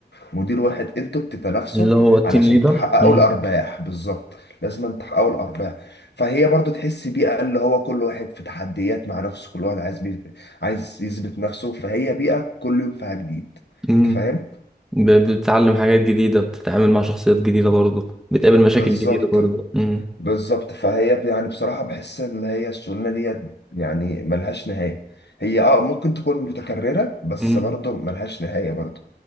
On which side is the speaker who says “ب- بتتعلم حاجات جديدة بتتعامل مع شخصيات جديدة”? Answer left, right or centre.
Centre